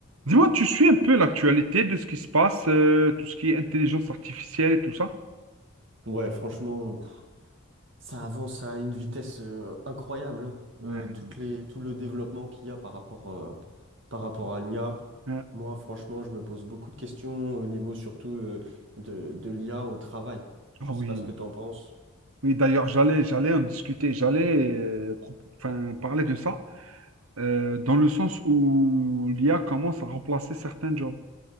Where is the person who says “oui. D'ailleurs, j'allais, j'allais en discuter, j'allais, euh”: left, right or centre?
Right